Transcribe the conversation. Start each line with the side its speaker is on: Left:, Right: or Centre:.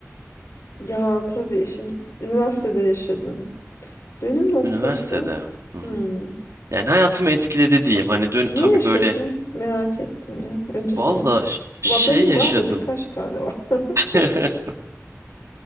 Left: Ya tabii şimdi üniversitede yaşadın. Dönüm noktası.
Right: Üniversitede. Hı hı.
Left: Hı.
Right: Yani hayatımı etkiledi diyeyim. Hani dön
Left: Ne
Right: tabii
Left: yaşadın?
Right: böyle
Left: Merak ettim ya. Önce sana
Right: Valla
Left: sor.
Right: ş- şey
Left: Va- Benim
Right: yaşadım.
Left: var da birkaç tane var. <laughs>
Right: <laughs>